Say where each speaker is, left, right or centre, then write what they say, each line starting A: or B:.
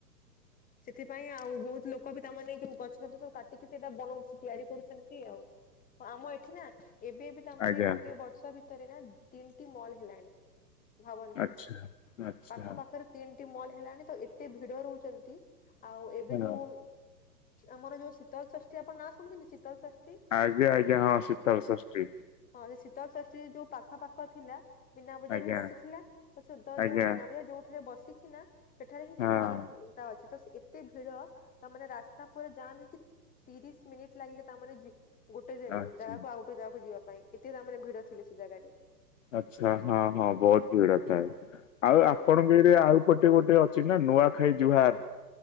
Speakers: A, on the left; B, on the left.
A: ସେଥିପାଇଁ ଆଉ ବହୁତ ଲୋକ ବି ତାମାନେ ଏଇ ଯୋଉ ଗଛ ଫଛ ସବୁ କାଟିକି ସେଇଟା ବନାଉଛି ତିଆରି କରୁଛନ ତି ଆଉ ଆମ ଏଠି ନା ଏବେ ବି ତାମାନେ
B: ଆଜ୍ଞା
A: ଗୋଟେ ବ ଷ ଭିତରେ ନା ତିନଟି ମଲ୍ ହେଲାଣି। ଭାବନ୍ତୁ
B: ଆଚ୍ଛା ଆଚ୍ଛା
A: ପାଖ ପାଖରେ ତିନଟି ମଲ ହେଲାଣି ତ ଏତେ ଭିଡ ରହୁଚନ୍ତି ଆଉ ଏବେ
B: ହଁ।
A: ଯୋଉ ଆମର ଯୋଉ ଶୀତଳଷଷ୍ଠୀ ଆପଣ ନା ଶୁଣିୁଛନ୍ତି ଶୀତଳ ଷଷ
B: ଆଜ୍ଞା ଆଜ୍ଞା ହଁ ଶୀତଳଷଷ୍ଠୀ।
A: ହଁ ଯେ ଶୀତଳଷଷ୍ଠୀ ଯୋଉ ପାଖ ପାଖ ଥିଲା ମୀନା ବଜାର
B: ଆଜ୍ଞା
A: ବି ବସିଥିଲା ତ ସୁଧ
B: ଆଜ୍ଞା
A: ଯୋଉ ମୀନା ବଜାର ଯୋଉଠାରେ ବସିଛି ନା ସେଠାରେ ହିଁ
B: ହଁ
A: ସେ ମଲ ଟା ଅଛି। ତ ସେ ଏତେ ଭିଡ ତାମାନେ ରାସ୍ତା ପୁରା ଯାମ ହେଇକି ତିରିଶ ମିନିଟ ଲାଗିଲା ତାମାନେ ଯି ଗୋଟେ ଯେ
B: ଆଚ୍ଛା।
A: ଜାଗାକୁ ଆଉ ଗୋଟେ ଜାଗାକୁ ଯିବା ପାଇଁ ଏତେ ଦାମରେ ଭିଡ ଥିଲେ ସେ ଜାଗାରେ।
B: ଆଛା ହଁ ହଁ ବହୁତ ଭିଡ ଥାଏ ଆଉ
A: ହଁ
B: ଆପଣଙ୍କୁ ଏ ଏବେ ଆଉପଟେ ଗୋଟେ ଅଛି ନା ନୂଆଖାଇ ଜୁହାର।